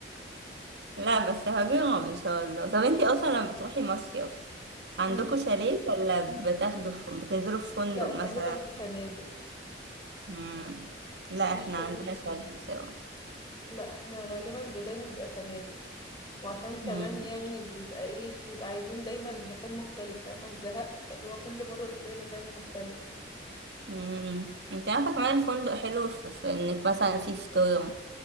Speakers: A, on the right; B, on the left.
A: لا بس هجيبهم ان شاء الله طب انتي اصلا لما بتروحي مصيف عندكوا
B: امم
A: شاليه ولا بتاخدوا في... بتنزلوا في فندق
B: لا
A: مثلا
B: غالبا في فنادق
A: مم. لا
B: ما فيش
A: احنا
B: شاليه
A: عندنا
B: في مكان
A: شاليه سوا
B: لا احنا غالبا ب- دايما بقى فنادق وعشان كمان
A: مم.
B: يعني بيبقى ايه بيبقى عايزين دايما مكان مختلف فاهمة الزهق فاللي هو كل مرة بتلاقي مكان مختلف
A: مم. انت عارفه كمان الفندق حلو في, في انك مثلا في فطور